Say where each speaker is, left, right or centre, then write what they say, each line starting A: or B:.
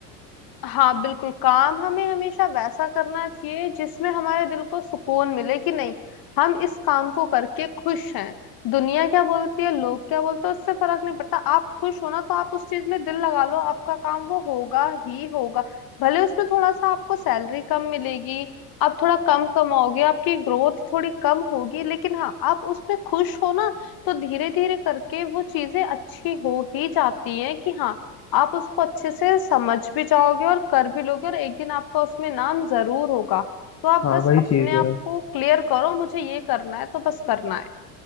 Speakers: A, on the left (about 50°); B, on the left (about 30°).
A: हाँ बिल्कुल काम हमें हमेशा वैसा करना चाहिए जिसमें हमारे दिल को सुकून मिले कि नहीं हम इस काम को करके खुश हैं दुनिया क्या बोलती है लोग क्या बोलते हैं उससे फर्क नहीं पड़ता आप खुश हो ना तो आप उस चीज में दिल लगा लो आपका काम वो होगा ही होगा भले उसमें थोड़ा सा आपको सैलरी कम मिलेगी आप थोड़ा कम कमाओगे आपकी ग्रोथ थोड़ी कम होगी लेकिन हाँ आप उसमें खुश हो ना तो धीरे धीरे करके वो चीजें अच्छी हो ही जाती हैं कि हाँ आप उसको अच्छे से समझ भी जाओगे और कर भी लोगे और एक दिन आपका उसमें नाम जरूर होगा तो आप
B: हाँ
A: बस
B: वही
A: अपने
B: चीज है
A: आप को क्लियर करो मुझे ये करना है तो बस करना है